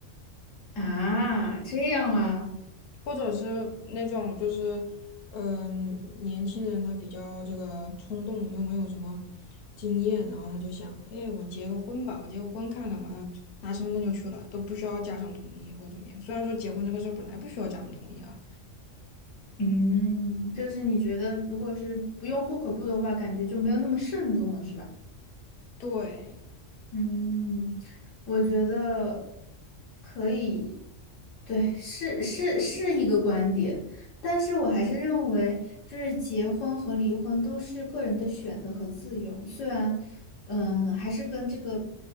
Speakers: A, on the left; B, on the left.
A: 啊，这样啊，
B: 或者是那种就是，嗯、年轻人他比较这个冲动，又没有什么经验，然后他就想，哎，我结个婚吧，我结个婚看看吧，然后拿身份证就去了，都不需要家长同意或者怎么样。虽然说结婚这个事儿本来不需要家长同意啊，
A: 嗯，就是你觉得如果是不用户口簿的话，感觉就没有那么慎重了，是吧？
B: 对，
A: 嗯，我觉得可以，对，是是是一个观点，但是我还是认为，就是结婚和离婚都是个人的选择和自由，虽然，嗯，还是跟这个